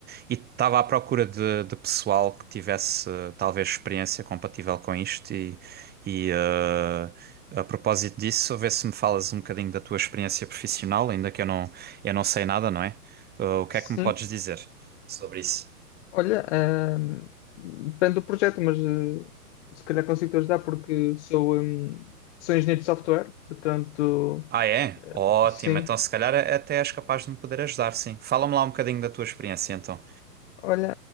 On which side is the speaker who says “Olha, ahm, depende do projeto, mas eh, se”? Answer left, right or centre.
Left